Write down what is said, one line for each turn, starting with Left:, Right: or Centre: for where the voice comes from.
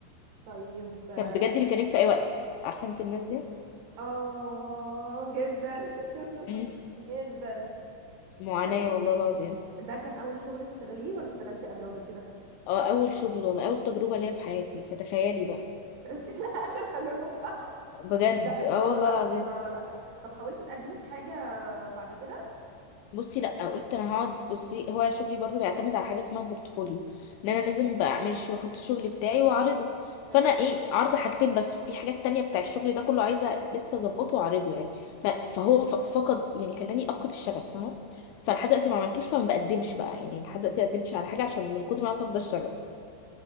Right: طيب اه
Left: كان بجد بيكلمك في اي وقت عارفه انت الناس دي
Right: آه، جدا <laughs>
Left: مم.
Right: جدا
Left: معاناه
Right: طيب
Left: والله العظيم
Right: ده كان اول شغل تشتغليه ولا اشتغلتي قبله قبل كده
Left: اه اول شغل والله اول تجربه ليا في حياتي فتخيلي بقى
Right: <laughs> شكلها آخر تجربة <laughs>
Left: بجد
Right: لا ان
Left: اه
Right: شاء
Left: والله
Right: الله لا
Left: العظيم
Right: ان شاء الله لا طب حاولتي تقدمي في حاجه بعد كده
Left: بصي لا قلت انا هقعد بصي هو شغلي برضو بيعتمد على حاجه اسمها بورتفوليو ان انا لازم بعمل الش- واحط الشغل بتاعي واعرضه
Right: حلو
Left: فانا ايه عرض حاجتين بس في حاجات تانية بتاع الشغل ده كله عايزه لسه اظبطه واعرضه يعني ف- فهو ف- فقد يعني خلاني افقد الشغف فاهمه فلحد دلوقتي ما عملتوش فما بقدمش بقى يعني لحد دلوقتي ما قدمتش على حاجه عشان من كتر ما انا فاقده الشغف